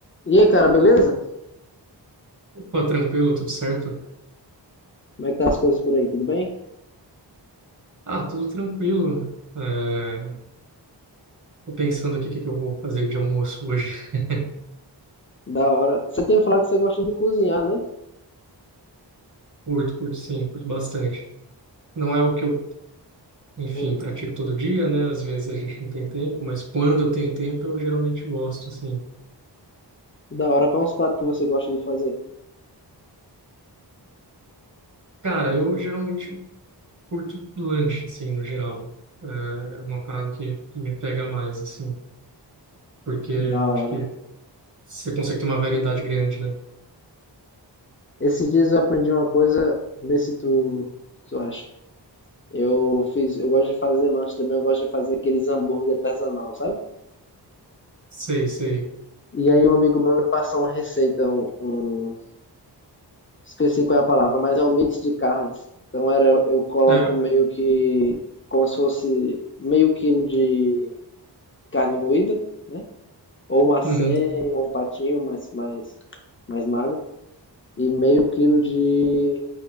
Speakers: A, on the left (about 30°); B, on the right (about 45°).
A: E aí, cara, beleza?
B: Pô, tranquilo, tudo certo?
A: Como é que tá as coisas por aí? Tudo bem?
B: Ah, tudo tranquilo. É, tô pensando aqui o que que eu vou fazer de almoço hoje. <laughs>
A: Da hora. Você tinha falado que você gosta de cozinhar, né?
B: Curto, curto sim, curto bastante. Não é o que eu, enfim,
A: Hum.
B: pratico todo dia, né? Às vezes a gente não tem tempo, mas quando eu tenho tempo, eu geralmente gosto, assim.
A: Da hora. Quais os pratos que você gosta de fazer?
B: Cara, eu geralmente curto lanche, assim, no geral. É é uma parada que que me pega mais, assim, porque eu
A: Da
B: acho
A: hora.
B: que você consegue ter uma variedade grande, né?
A: Esses dias eu aprendi uma coisa, vê se tu, tu acha. Eu fiz, eu gosto de fazer lanche também, eu gosto de fazer aqueles hambúrguer artesanal, sabe?
B: Sei, sei.
A: E aí um amigo meu me passou uma receita, um, um- esqueci qual é a palavra, mas é um mix de carnes. Então era, eu coloco
B: É,
A: meio que como se fosse meio quilo de carne moída, né? ou uma senha,
B: uhum.
A: ou um patinho mais, mais, mais magro, e meio quilo de